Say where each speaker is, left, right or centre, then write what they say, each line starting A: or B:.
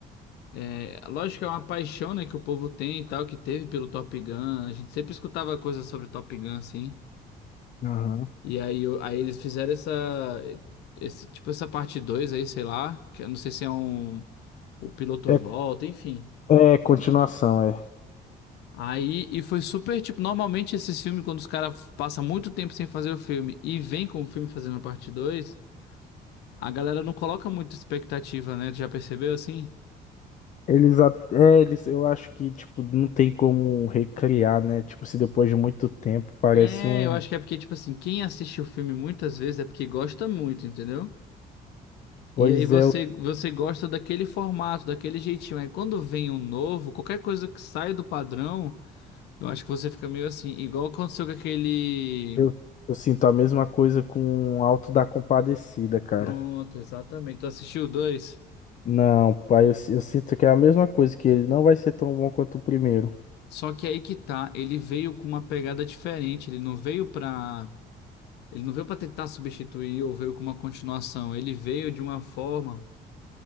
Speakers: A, on the left; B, on the left.
A: é, lógico que é uma paixão, né, que o povo tem e tal, que teve pelo Top Gun. A gente sempre escutava coisas sobre Top Gun, assim.
B: Aham.
A: E aí, eu- aí eles fizeram essa, esse, tipo essa parte 2 aí, sei lá, que eu não sei se é um, o piloto
B: É,
A: volta, enfim.
B: é continuação, é.
A: Aí, e foi super, tipo, normalmente esses filmes, quando os caras passam muito tempo sem fazer o filme e vem com o filme fazendo a parte dois a galera não coloca muita expectativa, né? Tu já percebeu assim?
B: Eles, a- é, eles, eu acho que, tipo, não tem como recriar, né? Tipo, se depois de muito tempo parece
A: É,
B: um.
A: eu acho que é porque, tipo assim, quem assiste o filme muitas vezes é porque gosta muito, entendeu?
B: Pois
A: E aí você,
B: é, eu,
A: você gosta daquele formato, daquele jeitinho. Aí quando vem um novo, qualquer coisa que sai do padrão, eu acho que você fica meio assim, igual aconteceu com aquele.
B: eu, eu sinto a mesma coisa com o alto da Compadecida, cara.
A: Pronto, exatamente. Tu assistiu o dois?
B: Não, pai, eu, si- eu sinto que é a mesma coisa, que ele não vai ser tão bom quanto o primeiro.
A: Só que aí que tá, ele veio com uma pegada diferente, ele não veio pra. Ele não veio pra tentar substituir ou veio com uma continuação. Ele veio de uma forma